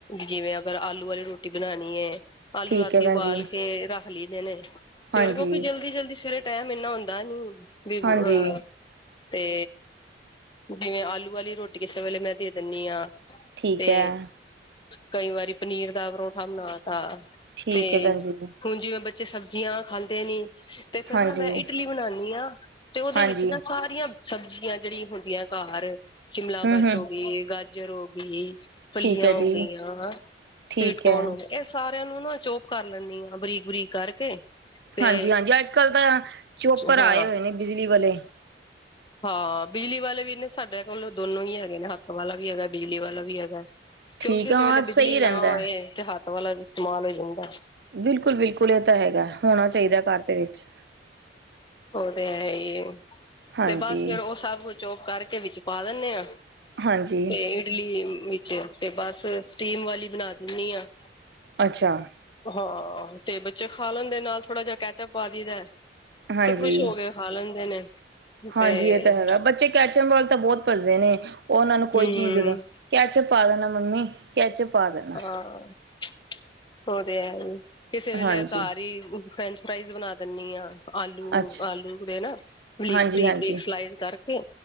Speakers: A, on the left; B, on the right.
A: ਜਿਵੇਂ ਆਲੂ ਆਲੀ ਰੋਟੀ ਬਣਾਣੀ ਐ। ਆਲੂ
B: ਠੀਕ
A: ਰਾਤੀ
B: ਐ ਭੈਣ
A: ਉਬਾਲ
B: ਜੀ
A: ਕੇ ਰੱਖ ਲਈਦੇ ਨੇ ਸਵੇਰ
B: ਹਾਂਜੀ
A: ਕਿਉਕਿ ਜਲਦੀ-ਜਲਦੀ ਸਵੇਰੇ ਟੈਮ ਏਨਾ ਹੁੰਦਾ ਨੀ ਵੀ ਅਹ
B: ਹਾਂਜੀ
A: ਤੇ ਜਿਵੇਂ ਆਲੂ ਆਲੀ ਰੋਟੀ ਕਿਸੇ ਵੇਲੇ ਮੈਂ ਦੇ ਦੀਨੀ ਆ।
B: ਠੀਕ
A: ਤੇ
B: ਐ
A: ਕਈ ਵਾਰੀ ਪਨੀਰ ਦਾ ਪਰੋਠਾ ਬਣਾਤਾ।
B: ਠੀਕ
A: ਤੇ
B: ਹੈ ਭੈਣ ਜੀ
A: ਹੁਣ ਜੀਵੇਂ ਬੱਚੇ ਸਬਜ਼ੀਆਂ ਖਾਂਦੇ ਨੀ। ਤੇ ਫੇਰ
B: ਹਾਂਜੀ
A: ਨਾ ਮੈਂ ਇਡਲੀ ਬਣਾ ਰਈ ਆ ਤੇ ਓਦੇ
B: ਹਾਂਜੀ
A: ਵਿੱਚ ਨਾ ਸਾਰੀਆਂ ਸਬਜ਼ੀਆਂ ਜੇੜੀ ਹੁੰਦੀਆਂ ਘਰ ਸ਼ਿਮਲਾ
B: ਹੂੰ
A: ਮਿਰਚ
B: ਹੂੰ
A: ਹੋਗੀ, ਗਾਜਰ ਹੋਗੀ। ਫਲੀਆਂ
B: ਠੀਕ ਹੈ
A: ਹੋਗੀਆਂ
B: ਜੀ ਠੀਕ
A: ਪੀਟਕੌਣ
B: ਹੈ
A: ਹੋ ਗਿਆ। ਏ ਸਾਰਿਆਂ ਨੂੰ ਨਾ ਚੌਪ ਕਰ ਲੈਂਣੀ ਆ ਬਰੀਕ-ਬਰੀਕ ਕਰਕੇ। ਤੇ
B: ਹਾਂਜੀ-ਹਾਂਜੀ ਅੱਜਕੱਲ੍ਹ ਤਾਂ ਚੋਪਰ
A: ਹਾਂ
B: ਆਏ ਹੋਏ ਨੇ ਬਿਜਲੀ ਵਾਲੇ
A: <unintelligible> ਹਾਂ ਬਿਜਲੀ ਵਾਲੇ ਵੀ ਨੇ ਸਾਡੇ ਕੋਲ ਦੋਨੋ ਹੀ ਹੈਗੇ ਨੇ ਹੱਥ ਵਾਲਾ ਵੀ ਹੈਗਾ ਬਿਜਲੀ ਵਾਲਾ ਵੀ ਹੈਗਾ।
B: ਠੀਕ
A: ਕਿਉਂਕਿ ਕਿਸੇ
B: ਆ ਹਾਂ
A: ਵੇਲੇ ਬਿਜਲੀ
B: ਸਹੀ ਰਹਿੰਦਾ
A: ਨਾ ਹੋਏ ਤੇ ਹੱਥ ਵਾਲਾ ਇਸਤੇਮਾਲ ਹੋ ਜਾਂਦਾ।
B: ਬਿਲਕੁਲ-ਬਿਲਕੁਲ ਏ ਤਾਂ ਹੈਗਾ ਹੋਣਾ ਚਾਈਦਾ ਘਰ ਦੇ ਵਿੱਚ
A: ਓ ਤੇ ਹੈ ਈ ਏ
B: ਹਾਂਜੀ
A: ਤੇ ਬਸ ਫੇਰ ਓ ਸਭ ਕੁਛ ਚੋਪ ਕਰਕੇ ਵਿੱਚ ਪਾ ਦਿਨੇ ਆ
B: ਹਾਂਜੀ
A: ਤੇ ਇਡਲੀ ਵਿੱਚ ਆ ਤੇ ਬਸ ਸਟੀਮ ਵਾਲੀ ਬਣਾ ਦਿੰਨੀ ਆ।
B: ਅੱਛਾ।
A: ਹਾਂ ਤੇ ਬੱਚੇ ਖਾ ਲੈਦੇ ਨਾਲ ਥੋੜਾ ਜਾ ਕੈਚਅੱਪ ਪਾ ਦਈਦਾ
B: ਹਾਂਜੀ
A: ਤੇ ਖੁਸ਼ ਹੋਗੇ। ਖਾ ਲੈਂਦੇ ਨੇ।
B: ਹਾਂਜੀ,
A: ਤੇ
B: ਏ ਤਾਂ ਹੈਗਾ। ਬੱਚੇ ਕੈਚਅਮ ਵਾਲ ਤਾਂ ਬਹੁਤ ਪਜਦੇ ਨੇ ਉਹ ਉਹਨਾਂ ਨੂੰ ਕੋਈ
A: ਹੂੰ
B: ਚੀਜ਼ ਦਾ ਕੈਚਮ ਪਾ ਦੇਣਾ ਮੰਮੀ ਕਚ ਪਾ ਦੇਣਾ
A: ਹਾਂ ਉਹ ਤੇ ਹੈ ਜ ਕਿਸੇ ਵੇਲੇ
B: ਹਾਂਜੀ
A: ਆ ਘਰ ਹੀ ਫਰੈਂਚ ਫਰਾਈਜ਼ ਬਣਾ ਦਿੰਦੀ ਆ ਆਲੂ
B: ਅੱਛਾ
A: ਆਲੂ ਦੇ ਨਾ ਬਰੀਕ
B: ਹਾਂਜੀ
A: ਬਰੀਕ
B: ਹਾਂਜੀ
A: ਬਰੀਕ ਸਲਾਈ ਕਰਕੇ